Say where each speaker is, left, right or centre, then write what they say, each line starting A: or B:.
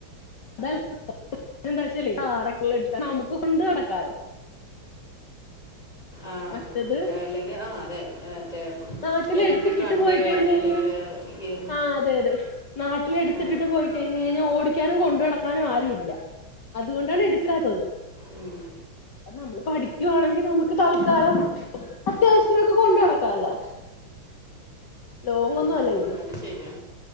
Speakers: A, on the left; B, on the left.
A: <unintelligible> എന്താച്ചാലേ <unintelligible> നമുക്ക് കൊണ്ട് നടക്കാലോ
B: ആഹ്
A: മറ്റത്
B: അത് അല്ലെങ്കി ആഹ് അതെ മറ്റേ
A: നാട്ടിൽ
B: ഇലക്ട്രിക്
A: എടുത്തിട്ടിട്ട്
B: വണ്ടി
A: പോയി കഴിഞ്ഞു കഴിഞ്ഞാൽ
B: അല്ലെങ്കിൽ ഗിയർ
A: ആഹ് അതെ അതെ നാട്ടില് എടുത്തിട്ടിട്ട്
B: ആ
A: പോയി കഴിഞ്ഞ് കഴിഞ്ഞാ ഓടിക്കാനും കൊണ്ട് നടക്കാനും ആരും ഇല്ല അതു കൊണ്ടാണ് എടുക്കാത്തത്
B: ഉം
A: അത് നമ്മള് പഠിക്കുവാണെങ്കി നമുക്ക് തൽക്കാലം അത്യാവശ്യത്തിനൊക്കെ കൊണ്ട് നടക്കാല്ലോ ലോങ്ങൊന്നും
B: ആ,
A: അല്ലെങ്കിലും
B: അത് ശരിയാ